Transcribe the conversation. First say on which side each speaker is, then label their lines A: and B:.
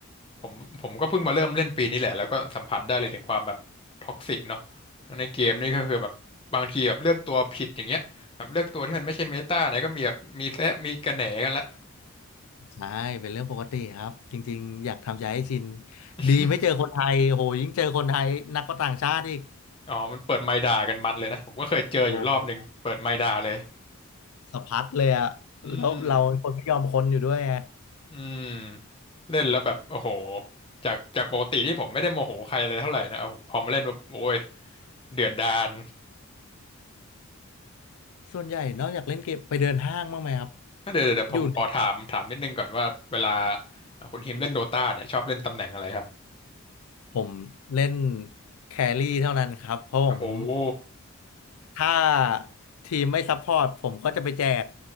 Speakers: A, on the left; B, on the left.
A: ผมผมก็เพิ่งมาเริ่มเล่นปีนี้แหละแล้วก็สัมผัสได้เลยถึงความแบบท็อกซิกเนาะในเกมนี่ก็คือแบบบางทีแบบเลือกตัวผิดอย่างเงี้ยแบบเลือกตัวที่มันไม่ใช่เมตาเนี่ยก็มีแบบมีแซะมีกระแหนกันละ
B: ใช่เป็นเรื่องปกติครับจริงๆอยากทำใจให้ชิน
A: <laughs>
B: ดีไม่เจอคนไทยโหยิ่งเจอคนไทยหนักก็ต่างชาติอีก
A: อ๋อมันเปิดไมค์ด่ากันมันเลยนะผมก็เคยเจออยู่รอบหนึ่งเปิดไมค์ด่าเลย
B: โอ้โหสะพัดเลยอะแล้วเราเป็นคนไม่ยอมคนอยู่ด้วยไง
A: อืม อืมเล่นแล้วแบบโอ้โหจากจากปกติที่ผมไม่ได้โมโหใครเลยเท่าไหร่นะเอาพอมาเล่นปุ๊บโอ้ยเดือดดาล
B: ส่วนใหญ่นอกจากเล่นเกมไปเดินห้างบ้างไหมครับ
A: ก็เดี๋ยวเดี๋ยวเดี๋ยวผมขอถามถามนิดนึงก่อนว่าเวลา
B: อยู่ใน
A: อ่ะคุณฮิมเล่นโดตาเนี่ยชอบเล่นตำแหน่งอะไรครับ
B: ผมเล่นแครี่เท่านั้นครับเพราะผม
A: โอ้โห
B: ถ้าทีมไม่ซัพพอร์ตผมก็จะไปแจก